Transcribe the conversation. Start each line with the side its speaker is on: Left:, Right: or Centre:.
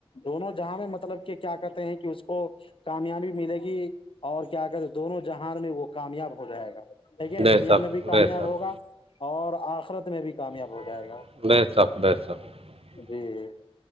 Left: دونوں جہاں میں مطلب کہ کیا کہتے ہیں کہ اس کو کامیابی ملے گی اور کیا کہتے ہیں دونوں جہان میں وہ کامیاب ہو جائے گا ٹھیک ہے نا
Right: بے
Left: دنیا
Right: شک
Left: میں بھی کامیاب
Right: بے شک
Left: ہوگا اور آخرت میں بھی کامیاب
Right: <unintelligible>
Left: ہو جائے گا جی ج